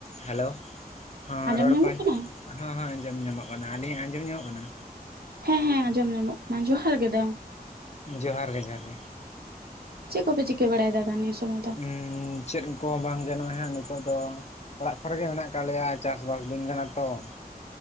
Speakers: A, on the left; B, on the right.
A: ᱦᱮᱞᱳ ᱦᱚᱸ
B: ᱟᱸᱡᱚᱢ
A: ᱨᱚᱲ
B: ᱧᱟᱢᱚᱜ
A: ᱠᱚ ᱟᱡᱚᱢ
B: ᱠᱟᱱᱟ
A: ᱦᱚᱸ-ᱦᱚᱸ ᱟᱸᱡᱚᱢ ᱧᱟᱢᱚᱜ ᱠᱟᱱᱟ ᱾ ᱟᱹᱞᱤᱧᱟ ᱟᱸᱡᱚᱢ ᱧᱟᱢᱚᱜ ᱠᱟᱱᱟ?
B: ᱦᱮᱸ ᱦᱮᱸ ᱟᱸᱡᱚᱢ ᱧᱟᱢᱚᱜ ᱠᱟᱱᱟ ᱡᱚᱦᱟᱨ ᱜᱮ ᱫᱟ
A: ᱡᱚᱦᱟᱨ ᱜᱮ ᱡᱚᱦᱟᱨ ᱜᱮ ᱾
B: ᱪᱮᱫ ᱠᱚᱯᱮ ᱪᱤᱠᱟᱹ ᱵᱟᱲᱟᱭ ᱫᱟ, ᱫᱟ ᱱᱤᱭᱟ ᱥᱚᱢᱚᱭ? ᱫᱚ
A: ᱩᱝ ᱪᱮᱫ ᱠᱚ ᱵᱟᱝ ᱜᱟᱱᱚᱜᱼᱟ ᱦᱟᱸᱜ ᱱᱤᱛᱚᱜ ᱫᱚ ᱾ ᱚᱲᱟᱜ ᱠᱚᱨᱮ ᱜᱮ ᱢᱮᱱᱟᱜ ᱠᱟᱜ ᱞᱮᱭᱟ ᱪᱟᱥ ᱵᱟᱥ ᱫᱤᱱ ᱠᱟᱱᱟ ᱛᱚ ᱾